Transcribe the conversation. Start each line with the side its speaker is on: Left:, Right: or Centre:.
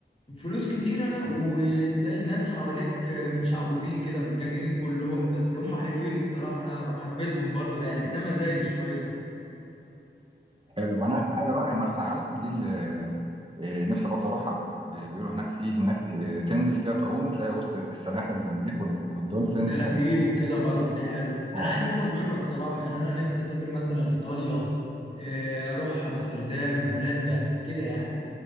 Left: فلوس كتيره وتلاقي الناس حواليك آه، متشعوذين كده متجننين كلهم بس هم حلوين الصراحه انا حبيتهم برضه يعني ده مزاجي شويه
Right: حلو انا اخر حاجه بقى يا مرسى علم دي آه، نفسي برضه اروحها آه، بيقولوا هناك في هناك آه، تنزل كده تعوم تلاقي وسط السلاحف جنبيك وال- والدولفينز
Left: دلافين
Right: وال...
Left: وكده برضه دي حلو
Right: اه
Left: انا عايز اسافر بره الصراحه يعني انا نفسي اسافر مثلا ايطاليا آه، اروح امستردام هولندا كده يعني